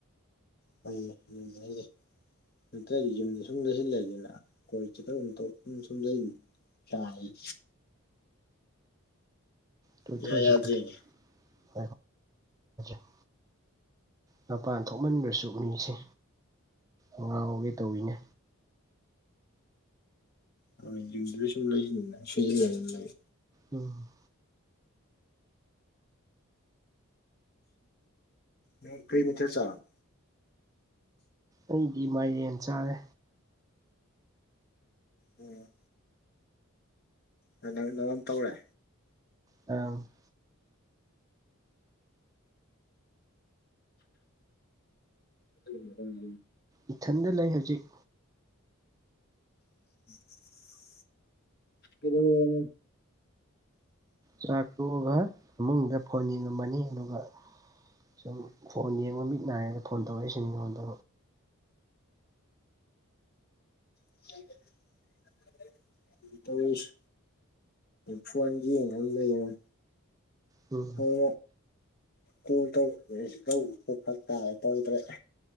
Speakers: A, on the left; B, on the right.
A: ꯍꯣꯏ ꯌꯥꯏ ꯌꯥꯏ ꯅꯇ꯭ꯔꯗꯤ ꯌꯨꯝꯗ ꯁꯨꯝ ꯂꯩꯁꯤꯜꯂꯒꯦꯅ ꯀꯣꯏ ꯆꯇꯒꯨꯝ ꯁꯨ ꯊꯧ ꯌꯨꯝꯗ ꯁꯨꯝ ꯌꯥꯏ
B: ꯀꯣꯏꯊꯣꯛꯎꯁꯤ
A: ꯏꯌꯥ ꯌꯥꯗ꯭ꯔꯦꯅꯦ
B: ꯀꯣꯏꯊꯣꯛꯎꯁꯤ <unintelligible> ꯃꯄꯥꯟ ꯊꯣꯛꯃꯟꯗ꯭ꯔꯁꯨ ꯃꯤꯁꯦ ꯉꯥꯎꯒꯦ ꯇꯧꯋꯤꯅꯦ
A: ꯑꯗꯨ ꯌꯨꯝꯗꯨꯗ ꯁꯨꯝ ꯂꯩꯁꯤꯅꯤꯅ ꯁꯣꯏꯖꯤꯅ ꯂꯩ
B: ꯎꯝ
A: ꯎꯝ ꯀꯔꯤ ꯃꯊꯜ ꯆꯥꯔꯕ
B: ꯑꯩꯗꯤ ꯏꯃꯥꯏꯔꯦꯟ ꯆꯥꯔꯦ
A: ꯎꯝ ꯪ ꯅꯪ ꯅꯪꯑꯗꯨꯝ ꯇꯧꯔꯦ
B: ꯑꯝ
A: <unintelligible>
B: ꯏꯊꯟꯗ ꯂꯩ ꯍꯧꯖꯤꯛ
A: <unintelligible> ꯀꯩꯊꯧꯔꯕꯅꯣ
B: ꯆꯥꯛ ꯇꯣꯛꯑꯒꯥ ꯏꯃꯨꯡꯗꯥ ꯐꯣꯟ ꯌꯦꯡꯉꯝꯃꯅꯤ ꯑꯗꯨꯒꯥ ꯁꯨꯝ ꯐꯣꯟ ꯌꯦꯡꯕ ꯃꯤꯠ ꯅꯥꯏꯅ ꯐꯣꯟ ꯇꯧꯔꯛꯏꯁꯤꯅꯤ ꯅꯉꯣꯟꯗꯥ
A: <unintelligible> ꯇꯧꯔꯤꯁꯤ ꯐꯣꯟꯒꯤ ꯌꯦꯡꯉꯥ ꯂꯩꯔꯦ
B: ꯎꯝ
A: ꯍꯣꯏ ꯀꯣꯜ ꯇꯧꯔꯛꯇꯦ ꯑꯩꯖꯨ ꯇꯧꯕꯗꯣ ꯐꯔꯛ ꯇꯥꯔꯦ ꯇꯧꯗ꯭ꯔꯦ